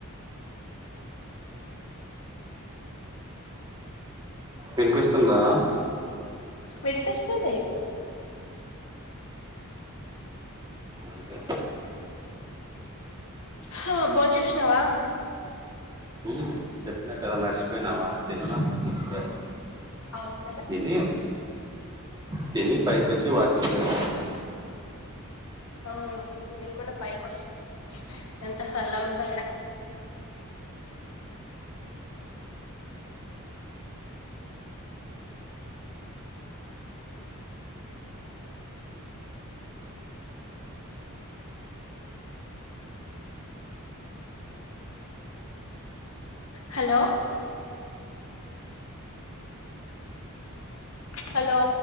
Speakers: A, on the right (about 20°); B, on the left (about 70°).
A: వినిపిస్తుందా
B: వినిపిస్తుంది
A: అంతే
B: హా బోన్ చేసినవా
A: ఉమ్ చెప్పినా కదా మరిచిపోయినావా తిన్నా ఇప్పుడే
B: అవును కదా
A: తిని తిని పైకి వచ్చి వాకింగ్ చేస్తా
B: ఆ నన్ కూడాన పైకి వస్త ఎంత సల్లగా ఉందో ఇడా హలో హలో